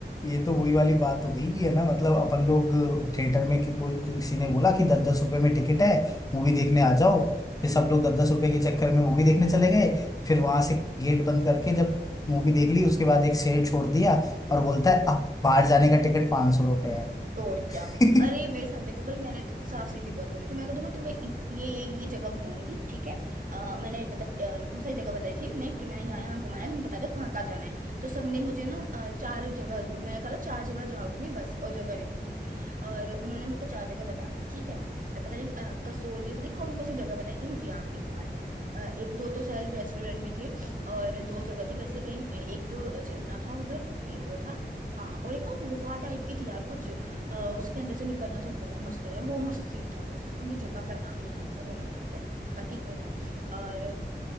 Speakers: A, on the left; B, on the right.
A: ये तो वही वाली बात हो गई कि है ना मतलब अपन लोग थिएटर में कि कोई किसी ने बोला कि दस दस रुपए में टिकट है मूवी देखने आ जाओ फिर सब लोग दस दस रुपए के चक्कर में मूवी देखने चले गए फिर वहां से गेट बंद करके जब मूवी देख ली उसके बाद एक शेर छोड़ दिया और बोलता है अब बाहर जाने का टिकट पांच सौ रुपए है
B: तो और क्या
A: <laughs>
B: अरे मेरे साथ देखो भाई मैंने तो साफ सीधी बात बोली थी मैंने कहा देखो तुम्हें इत- ये ये ये जगह घुमाऊंगी ठीक है अ, मैंने मतलब अ, बहुत सारी जगह बताई थी उन्हें कि मैंने यहाँ यहाँ घुमाना है तुम्हें बता दो कहाँ कहाँ जाना है तो सबने मुझे ना अ, चार जगह घु- मैंने कहा था चार जगह जाऊंगी बस और जगह नहीं जाऊंगी और उन्होंने मेरे को चार जगह बता दी ठीक है अ, पता नहीं अ, कसोली पता नहीं कौन कौन सी जगह बताई थी मुझे याद भी नहीं आ रही है अ, एक दो तो शायद रेस्टोरेंट भी थे और दो जगह थी वैसे कहीं अ, एक तो झरना था उधर ए, वो था हाँ और एक ना गुफा टाइप की थी यार कुछ अ, उसके अंदर से निकलना था बड़ा मस्त था यार वो मस्त सीन था मस्त मुझे जगह का नाम नहीं याद आ रहा वो अलग बात है बाकी वो था और